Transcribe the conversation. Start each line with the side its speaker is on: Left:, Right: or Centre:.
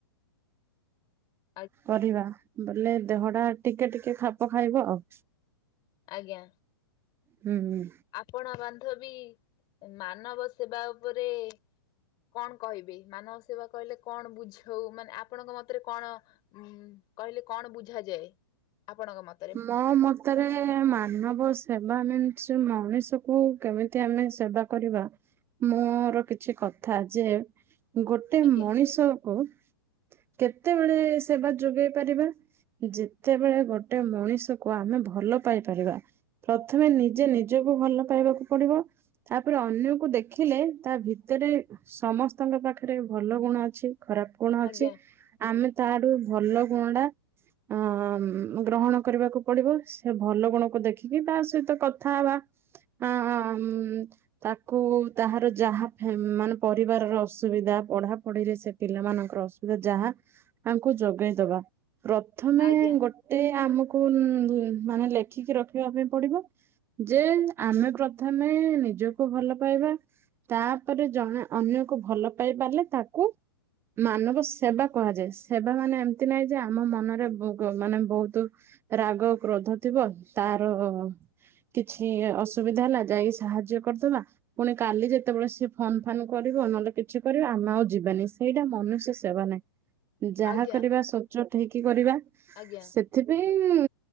Left: <inaudible>
Right: କରିବା ବୋଲେ ଦେହଟା ଟିକେ-ଟିକେ ଖାପ ଖାଇବ ଆଉ।
Left: ଆଜ୍ଞା।
Right: ହୁଁ-ହୁଁ।
Left: ଆପଣ ବାନ୍ଧବୀ ମାନବ ସେବା ଉପରେ କଣ କହିବି ମାନବ ସେବା କହିଲେ କଣ ବୁଝଉ ମାନେ ଆପଣଙ୍କ ମତରେ କଣ ଉୁଁ କହିଲେ କଣ ବୁଝାଯାଏ ଆପଣଙ୍କ ମ
Right: ମୋ ମତରେ ମାନବ ସେବା ମିନ୍ସ ମଣିଷକୁ କେମିତି ଆମେ ସେବା କରିବା ମୋର କିଛି କଥା ଯେ ଗୋଟେ
Left: ଆଜ୍ଞା
Right: ମଣିଷକୁ କେତେ ବେଳେ ସେବା ଯୋଗେଇ ପାରିବା, ଯେତେବେଳେ ଗୋ ଟେ ମଣିଷକୁ ଆମେ ଭଲ ପାଇପାରିବା। ପ୍ରଥମେ ନିଜେ ନିଜକୁ ଭଲ ପାଇବାକୁ ପଡିବ। ତାପରେ ଅନ୍ୟକୁ ଦେଖିଲେ ତା ଭିତେରେ ସମସ୍ତଙ୍କ ପାଖରେ ଭଲ ଗୁଣ ଅଛି ଖରାପ କଣ ଅଛି
Left: ଆଜ୍ଞା
Right: ଆମେ ତାଠୁ ଭଲ ଗୁଣ ଟା ଅମ୍ ଗ୍ରହଣ କରିବାକୁ ପଡିବ ସେ ଭଲ ଗୁଣକୁ ଦେଖିକି ତା ସହିତ କଥା ହେବା। ହଁ ହ ମ୍। ତାକୁ ତାହାର ଯାହା ଫେ ମାନେ ପରିବାରର ଅସୁବିଧା ପଢାପଢିରେ ସେ ପିଲାମାନଙ୍କର ଅସୁବିଧା ଯାହା ତାଙ୍କୁ ଯୋଗେଇଦବା। ପ୍ରଥମେ
Left: ଆଜ୍ଞା
Right: ଗୋଟେ ଏତେ ଆମକୁ ମାନେ ଲେଖିକି ରଖିବା ପାଇଁ ପଡିବ। ଯେ ଆମେ ପ୍ରଥମେ ନିଜକୁ ଭଲ ପାଇବା। ତାପରେ ଜଣେ ଅନ୍ୟକୁ ଭଲ ପାଇ ପାରିଲେ ତାକୁ ମାନବ ସେବା କୁହାଯାଏ ସେବା ମାନେ ଏମତି ନାଇ ଯେ ଆମ ମନରେ <unintelligible> ବହୁତ ରାଗ କ୍ରୋଧ ଥିବ ତାର କିଛି ଅସୁବିଧା ହେଲା ଯାଇକି ସାହାଯ୍ୟ କରିଦବା। ପୁଣି କାଲି ଯେତେବେଳେ ସିଏ ଫନ ଫାନ୍ କରିବ ନହେଲେ କିଛି କରିବ ଆମେ ଆଉ ଯିବାନି ସେଇଟା ମନୁଷ୍ୟ ସେବା ନାଇଁ ଯାହା
Left: ଆଜ୍ଞା ଆଜ୍ଞା
Right: କରିବା ସଚ ଠଇକି କରିବା।
Left: ଆଜ୍ଞା।
Right: ସେଥିପାଇଁ